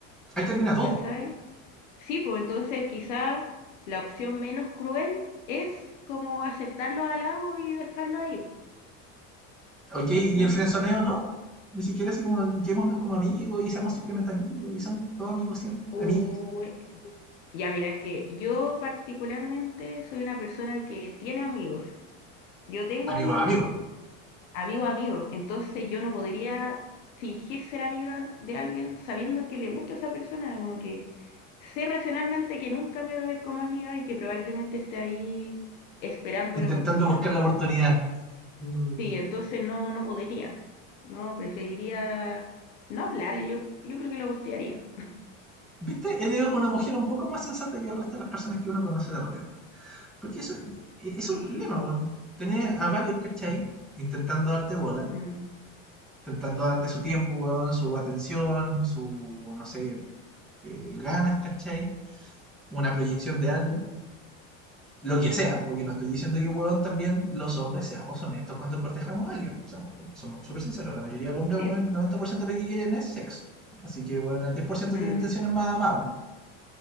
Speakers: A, in the centre; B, on the left.
A: Ahí termina todo.
B: ¿cachai? Sí, pues entonces quizá la opción menos cruel es como aceptar los halagos y dejarlo ahí,
A: Ok,
B: ¿cachai?
A: y el frenzoneo no. Ni siquiera así como, llevémonos como amigos y seamos simplemente amigos y somos todos amigos siempre,
B: Uh,
A: amigos.
B: ya mira, es que yo particularmente soy una persona que tiene amigos. Yo tengo
A: amigos
B: amigos
A: a amigos,
B: amigo, a amigo. Entonces yo no podría fingir ser amiga de alguien sabiendo que le gusta a esa persona, como que sé racionalmente que nunca me va a ver como amiga y que probablemente esté ahí esperando
A: intentando
B: la oportunidad.
A: buscar la oportunidad. Mm.
B: Sí, entonces no, no podría. No, preferiría no hablarle. Yo, yo creo que lo gostearía.
A: ¿Viste? Eres una mujer un poco más sensata que el resto de las personas que uno conoce de repente. Porque eso eso es
B: Sí.
A: un problema, weón. Tener a varios, ¿cachai? Intentando darte bola,
B: mm,
A: intentando darte su tiempo, weón, su atención, su, no sé, eh, ganas, ¿cachai? Una proyección de algo.
B: mm,
A: lo que sea, porque no estoy diciendo que, weón, también los hombres seamos honestos cuando cortejamos a alguien. Seamos, somos súper sinceros, la mayoría de los hombres,
B: Sí.
A: weón,
B: po.
A: el 90% de lo que quieren es sexo. Así que, weón, el diez por ciento
B: Mm,
A: tiene intenciones más amables.